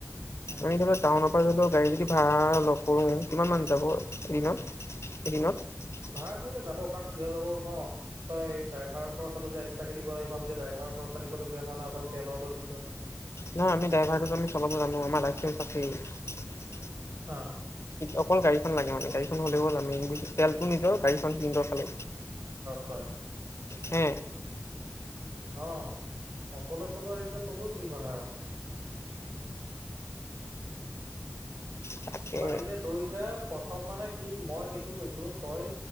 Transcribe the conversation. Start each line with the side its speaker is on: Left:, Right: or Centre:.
Right: উম।
Left: আমি ধৰি লও টাউনৰ পৰা ধৰিও গাড়ী যদি ভাঢ়া লওঁ। কৰোঁ কিমান মান যাব এদিনত
Right: অ,
Left: এদিনত।
Right: ভাড়া যাব কাৰণ কিয় যাব কও তই ড্ৰাইভাৰৰ খৰচাটো যে এক্সট্ৰা কে দিব লাগিব আমি যে ড্ৰাইভাৰৰ খৰচা দিব লাগিব। আক তেলৰো দিছো।
Left: নহয় আমি ড্ৰাইভাৰটোতো আমি চলাব জানো আমাৰ লাইচে আছে।
Right: অ।
Left: অকল গাড়ীখন লাগে মানে গাড়ীখন হ'লে তেলটো নিজৰ গাড়ীখন সিহতৰ খালি।
Right: হয়।
Left: এ
Right: অ অকলে চলোৱা ৰিক্স ডাল নলবি পাহাৰত। <unintelligible>
Left: তাকে
Right: পাৰিলে লৈ যা প্ৰথম মানে কি মই এইটো কৈছো তই